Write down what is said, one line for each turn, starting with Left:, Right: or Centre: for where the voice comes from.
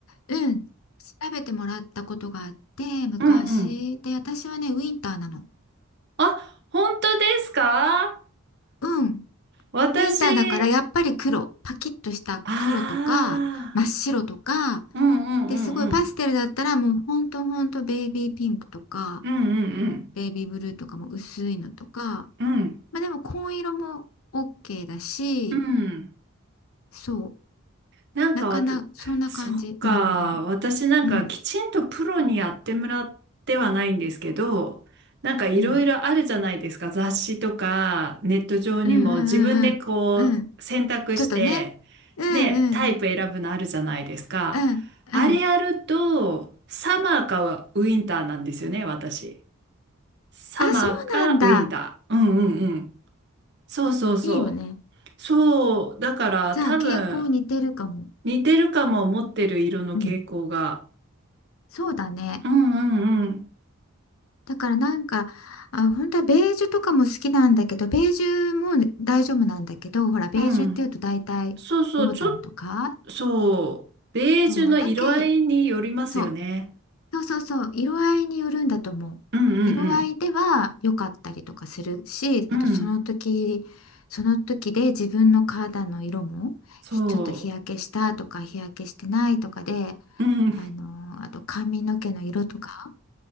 Left: うん。調べてもらったことがあって、昔。
Right: うんうん。
Left: で、私はね、ウィンターなの。
Right: あ、本当ですか
Left: うん。
Right: 私、
Left: ウィンターだから、やっぱり黒。パキッとした黒とか、
Right: あ
Left: 真っ白とか。
Right: あ、うんうんうんうん。
Left: で、すごいパステルだったら、もうほんとほんとベイビーピンクとか、
Right: うんうん
Left: ベイビーブルーとかも薄いのとか。
Right: うん。うん。
Left: まあでも紺色も OK だし、
Right: うん。
Left: そう、
Right: なんかわた、
Left: なかな、そんな感じ。
Right: そっか、
Left: うんうん
Right: 私なんかきちんとプロにやってもらってはないんですけど、
Left: うん。
Right: なんかいろいろあるじゃないですか。
Left: うん
Right: 雑誌とかネット上にも自分でこう選択して、
Left: うんうんうんうんうん。ちょっとね。うんうん
Right: ね、タイプ選ぶのあるじゃないですか。
Left: うんうん。
Right: あれやると、サマーかウィンターなんですよね、私。サマーかウィンター。
Left: あ、そうなんだ。
Right: うんうんうん。そうそうそう。
Left: いいよね。
Right: そう、だから多分
Left: じゃあ傾向似てるかも。
Right: 似てるかも持ってる色の傾向が。
Left: うん。そうだね。
Right: うんうんうん。
Left: だからなんか、あ、本当はベージュとかも好きなんだけど、ベージュも大丈夫なんだけど、ほら、ベージュっていうと大体オータムとか、
Right: うん。そうそう、ちょっと、そう、ベージュの色合いによりますよね。
Left: そうだけ、そう。そうそうそう、色合いによるんだと思う。
Right: うんうん
Left: 色合いでは良かったりとかするし、
Right: うん。
Left: あとその時、
Right: うん。
Left: その時で自分の肌の色もひちょっと日焼けしたとか日焼けしてないとかで、
Right: そう。うん。
Left: あのーあと髪の毛の色とか
Right: <laughs>